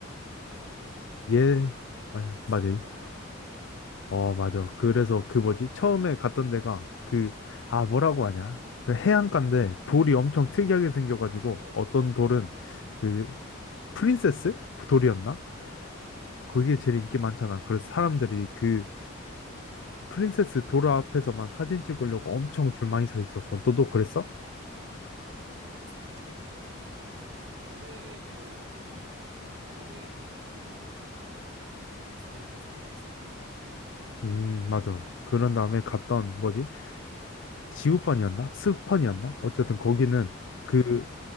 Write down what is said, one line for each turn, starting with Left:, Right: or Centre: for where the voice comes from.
Right: 어, 맞아, 맞아. 네
Left: 예,
Right: 개인가? 해가
Left: 맞-
Right: 사구
Left: 맞아.
Right: 하나 보고, 맞아.
Left: 어, 맞아. 그래서 그 뭐지? 처음에 갔던 데가 그, 아, 뭐라고 하냐? 그 해안가인데 돌이 엄청 특이하게 생겨가지고
Right: 어,
Left: 어떤
Right: 맞아, 맞아,
Left: 돌은
Right: 맞아.
Left: 그 프린세스 그 돌이었나? 그게 제일 인기 많잖아. 그래서 사람들이 그 프린세스 돌 앞에서만 사진 찍으려고 엄청 줄 많이 서 있었어. 너도 그랬어?
Right: 음, 맞아, 맞아. 맞아, 맞아. 그 사진 찍었던 기억이 나. 이렇게 무슨 모래를 뭐, 모래 기반으로 해가지고 뭔가 이렇게 이상한 형상들이 있었던 것 같아. 기억으로.
Left: 음, 맞아. 그런 다음에 갔던
Right: 응.
Left: 뭐지? 지우펀이었나? 스펀이었나? 어쨌든
Right: 어,
Left: 거기는
Right: 그- 응,
Left: 그